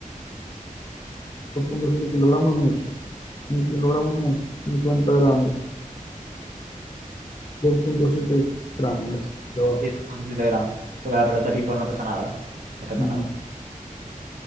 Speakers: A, on the left; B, on the right.
A: dos punto siete kilogramos es mucho. un kilogramo es mucho. cincuenta gramos. dos punto siete gramos es. de abajo.
B: Sí, 2.7 gramos. Porque la pelota de ping-pong no pesa nada. No pesa
A: Mm,
B: nada.